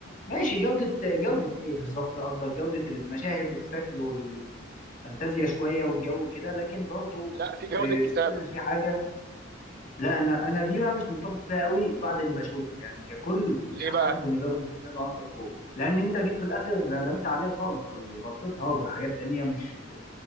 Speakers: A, on the left; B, on the right.
A: ماشي جوده جوده ايه بالظبط قصدك جوده المشاهد والشكل فانتازيا شويه والجو كده لكن برضو
B: لا في
A: ب-
B: جواز الكتابه
A: ستيل في حاجه لا انا انا دي بقى مش متفق فيها قوي بعد اللي بشوفه يعني ككل
B: ليه
A: مش
B: بقى
A: حاسس ان جوده الكتاب عنصر فوق لان انت جيت في الاخر غدمت عليها خالص او غطيتها بحاجات تانية مش